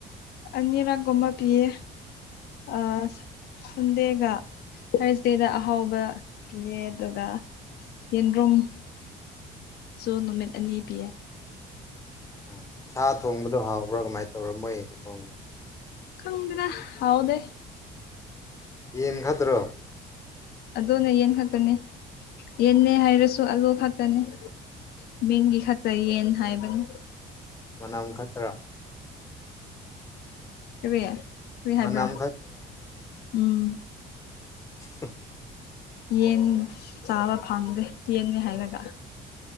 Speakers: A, on the left; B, on the left.
A: ꯑꯅꯤꯔꯛꯒꯨꯝꯕ ꯑ ꯄꯤꯌꯦ ꯑꯖ ꯁꯟꯗꯦꯒ ꯊꯔꯁꯗꯦꯗ ꯑꯍꯥꯎꯕ ꯄꯤꯌꯦ ꯑꯗꯨꯒ ꯌꯦꯟꯗ꯭ꯔꯨꯝ ꯁꯨ ꯅꯨꯃꯤꯠ ꯑꯅꯤ ꯄꯤꯌꯦ
B: ꯎ ꯁꯥ ꯊꯣꯡꯕꯗꯣ ꯍꯥꯎꯕ꯭ꯔꯥ ꯀꯃꯥꯏꯅ ꯇꯧꯔ ꯃꯣꯏ ꯈꯨꯊꯣꯡꯗ‌ꯣ
A: ꯈꯪꯗ‌ꯦꯗ ꯍꯥꯎꯗꯦ
B: ꯌꯦꯟ ꯈꯗ꯭ꯔꯣ
A: ꯑꯗꯨꯗꯣꯅ ꯌꯦꯟ ꯈꯛꯇꯅꯦ ꯌꯦꯟꯅ ꯍꯥꯏꯔꯁꯨ ꯑꯂꯨ ꯈꯛꯇꯅꯦ ꯃꯤꯡꯒꯤ ꯈꯛꯇꯔ ꯌꯦꯟ ꯍꯥꯏꯕꯅꯦ
B: ꯃꯅꯝ ꯈꯛꯇ꯭ꯔꯥ
A: ꯀꯔꯦ ꯀꯏ ꯍꯥꯏꯕ꯭ꯔꯥ
B: ꯃꯅꯝ
A: ꯎꯝ
B: ꯑ
A: ꯌꯦꯟ ꯆꯥꯕ ꯐꯪꯗꯦ ꯌꯦꯟꯅꯤ ꯍꯥꯏꯔꯒ